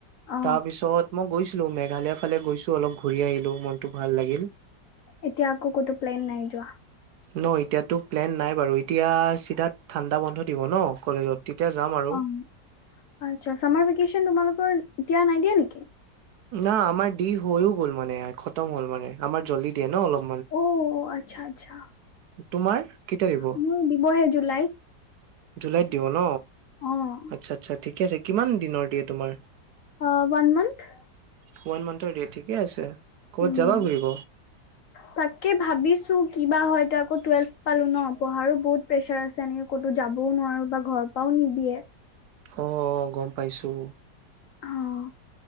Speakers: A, on the left; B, on the right.
A: অ
B: তাৰপিছত মই গৈছ লো মেঘালয় ফালে গৈছো অলপ ঘূৰি আহিলো মনতটো ভাল লাগিল।
A: এতিয়া আকৌ কোতো প্লেন নাই যোৱা
B: ন এতিয়াতো প্লেন নাই বাৰু এতিয়া চিধা ঠাণ্ডা বন্ধ দিব ন কলেজত। তেতিয়া যাম আৰু
A: অ আচ্ছা চামাৰ ভেকেচন তোমালোক এতিয়া নাই দিয়া নেকি?
B: না আমাৰ দি হৈও গ'ল মানে খতম হ'ল মানে, আমাৰ জল্দি দিয়ে ন অলপ।
A: অ' আচ্ছা-আচ্ছা
B: তোমাৰ কেতিয়া দিব
A: মোৰ দিবহে জুলাইত
B: জুলাইত দিব ন?
A: অ',
B: আচ্ছা-আচ্ছা ঠিকে আছে কিমান দিনৰ দিয়ে তোমাৰ?
A: অ ওৱান মান্থ।
B: ওৱান মান্থৰ দিয়ে, ঠিকে আছে। ক'বাত
A: উম,
B: যাবা ঘুৰিব
A: তাকে ভাবিছো কিবা হয় এতিয়া আকৌ টুৱেলভ পালো ন পঢ়াৰো বহুত প্ৰেছাৰ আছে, এনেক ক'তো যাবও নোৱাৰো বা ঘৰত নিদিয়ে
B: অ' গম পাইছো
A: অ',